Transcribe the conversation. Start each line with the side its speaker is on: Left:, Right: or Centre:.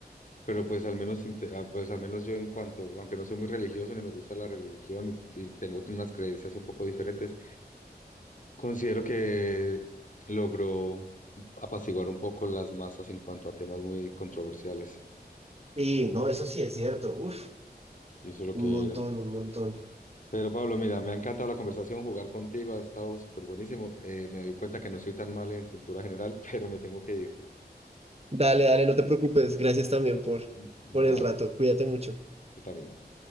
Left: Pero pues al menos, inte- ah, pues al menos yo en cuanto, aunque no soy muy religioso ni me gusta la religión y, y tengo unas creencias un poco diferentes, considero que logró apaciguar un poco las masas en cuanto a temas muy controversiales.
Right: Sí, no, eso sí es cierto. Uf,
Left: Y eso es lo
Right: un
Left: que
Right: montón,
Left: era.
Right: un montón.
Left: Pero Pablo, mira, me ha encantado la conversación, jugar contigo ha estado súper buenísimo. Eh, me doy cuenta que no soy tan mal en cultura general, <laughs> pero me tengo que ir.
Right: Dale, dale, no te preocupes. Gracias también por,
Left: <laughs> Nada,
Right: por el rato. Cuídate mucho.
Left: tú también.